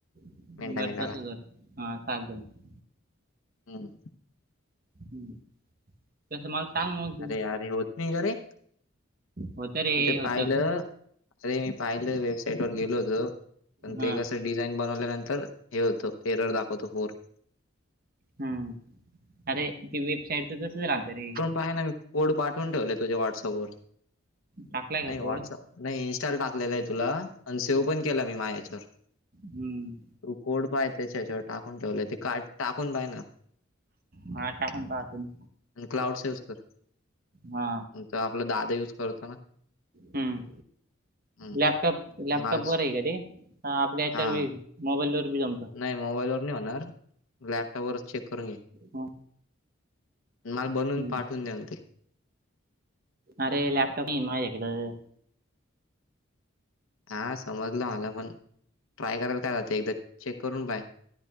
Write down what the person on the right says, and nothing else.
मग
बरं
तसं कर हा चालतं मग
हम्म तसं मला सांग मग तू
होतं रे
होतं
हा
हम् अरे ती वेबसाईट तर तसंच राहतं रे
टाकलाय का
कोड
हम्म
माझा टाकून पहातो मी.
हा
हम्म
लॅपटॉप लॅपटॉप
वर आहे का ते हा आपल्या याच्यावर
मोबाईल वर बी जमतं
हा.
हम्म.
अरे लॅपटॉप नाही माझ्याकडं